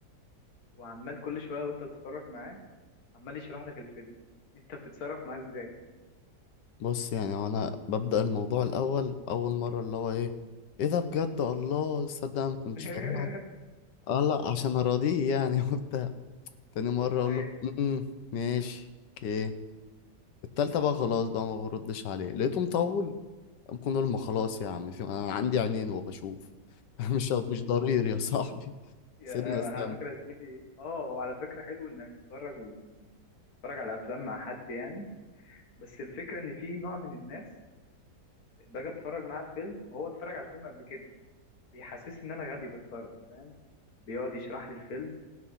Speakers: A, on the left (about 60°); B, on the left (about 80°).
A: وعمال كل شويه وانت بتتفرج معاه عمال يشرح لك الفيلم انت بتتصرف معاه ازاي
B: بص يعني هو انا ببدأ الموضوع الاول اول مرة اللي هو ايه ايه ده بجد الله صدق أنا ما كنتش
A: <laughs>
B: فاهمها اه لا عشان اراضيه يعني <laughs> وبتاع تاني مرة اقول
A: ايوه
B: له امم ماشي اوكي التالتة بقى خلاص بقى ما بردش عليه لقيته مطول ممكن اقول ما خلاص يا عم في انا عندي عينين وبشوف <laughs> مش مش ضرير يا صاحبي
A: يا-
B: سيبنا
A: ايوه
B: استنى
A: انا على فكره يا زميلي اه هو على فكره حلو انك تتفرج تتفرج على افلام مع حد يعني بس الفكره ان في نوع من الناس باجي اتفرج معاه الفيلم وهو اتفرج على الفيلم قبل كده بيحسسني ان انا غبي بتفرج فاهم بيقعد يشرح لي الفيلم